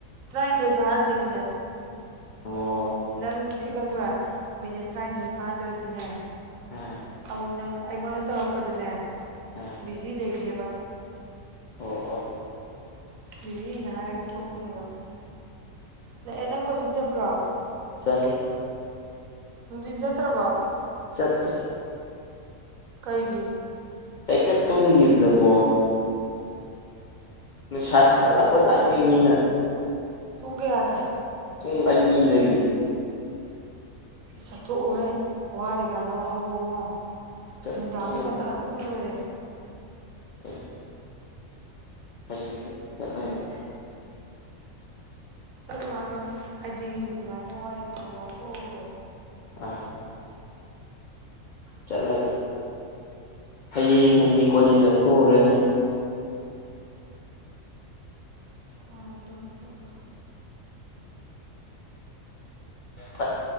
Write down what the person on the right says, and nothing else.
ꯇꯔꯥꯏꯟꯊꯣꯏ ꯐꯥꯍꯟꯁꯦ ꯃꯤꯅꯠ
ꯅꯪ ꯁꯤ ꯈꯪꯕ꯭ꯔꯥ ꯃꯤꯅꯠ ꯇꯔꯥꯅꯤꯊꯣꯏ ꯐꯥꯗ꯭ꯔꯗꯤꯅꯦ
ꯑꯃꯨꯛ ꯅꯪ ꯑꯩꯉꯣꯟꯗ ꯇꯧꯔꯛꯄꯗꯅꯦ
ꯕꯤꯖꯤ ꯂꯩꯅꯦꯕ
ꯕꯤꯖꯤꯅꯦ ꯍꯥꯏꯔꯒ ꯊꯣꯛꯅꯦꯕ ꯂꯥꯛ ꯑꯦ ꯅꯪ ꯀꯣꯆꯤꯡ ꯆꯠꯄ꯭ꯔꯣ
ꯅꯨꯡꯗꯤꯟ ꯆꯠꯇ꯭ꯔꯕꯣ
ꯀꯩꯒꯤ
ꯑꯦ ꯄꯨꯡ ꯀꯌꯥꯗ
ꯆꯠꯊꯣꯛꯎꯨꯍꯦ ꯋꯥꯔꯤꯀꯥꯟꯗ ꯋꯥꯍꯧꯔꯣꯉꯣ
ꯅꯨꯡꯗꯥꯡꯗ ꯉꯟꯇꯥ ꯇꯨꯝꯃ ꯂꯣꯏꯔꯦ
ꯆꯠꯂꯣ ꯍꯥꯏꯕ ꯍꯥꯏꯗꯤ ꯑꯗꯨꯃꯥꯏꯅ ꯋꯥꯔꯤꯀꯥꯟꯗ ꯋꯥꯊꯣꯛꯍꯧꯔꯣ
ꯍꯣꯏ ꯍꯣꯏ ꯑꯗꯨꯒ ꯆꯠꯂꯣ